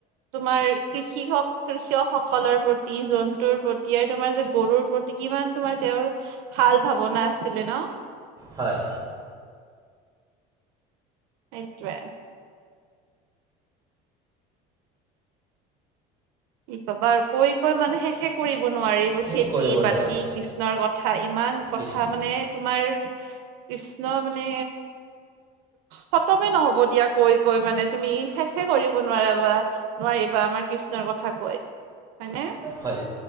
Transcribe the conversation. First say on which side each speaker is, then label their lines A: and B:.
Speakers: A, on the right; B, on the right.
A: তোমাৰ কৃষি হওক কৃষক হওক সকলৰ প্ৰতি জন্তুৰ প্ৰতি আৰু তোমাৰ যে গৰুৰ প্ৰতি কিমান তোমাৰ তেওঁৰ ভাল ভাৱনা আছিলে ন
B: হয়
A: সেটোৱে কি কবা আৰু কৈ কৈ মানে শেষে কৰিব নোৱাৰি এইবোৰ
B: শেষ
A: খেতি
B: কৰিব নোৱাৰি
A: বাতি কৃষ্ণৰ কথা ইমান কথা
B: কৃষ্ণ
A: মানে তোমাৰ কৃষ্ণ মানে খতমে নহব দিয়া কৈ কৈ মানে তুমি শেষে কৰিব নোৱাৰাবা নোৱাৰিবা আমাৰ কৃষ্ণৰ কথা কয় হয়নে
B: হয়